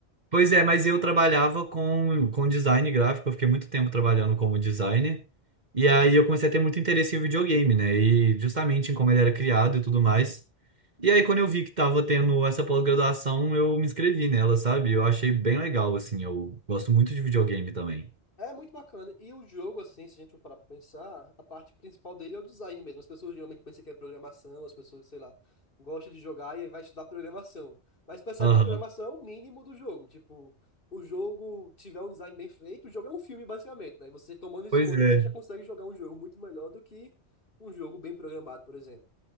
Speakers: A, on the right; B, on the left.
A: pois é, mas eu trabalhava com, com design gráfico, eu fiquei muito tempo trabalhando como designer. E aí eu comecei a ter muito interesse em videogame, né? E justamente em como ele era criado e tudo mais. E aí quando eu vi que tava tendo essa pós-graduação, eu me inscrevi nela, sabe? Eu achei bem legal, assim, eu gosto muito de videogame também.
B: É muito bacana. E o jogo, assim, se a gente for parar pra pensar, a parte principal dele é o design mesmo. As pessoas geralmente pensam que é programação, as pessoas, sei lá, gostam de jogar e aí vai estudar programação. Mas percebe
A: Aham.
B: que a programação é o mínimo do jogo. Tipo, o jogo tiver um design bem feito, o jogo é um filme, basicamente, né? E você tomando escolhas,
A: Pois é,
B: você já consegue jogar um jogo muito melhor do que um jogo bem programado, por exemplo.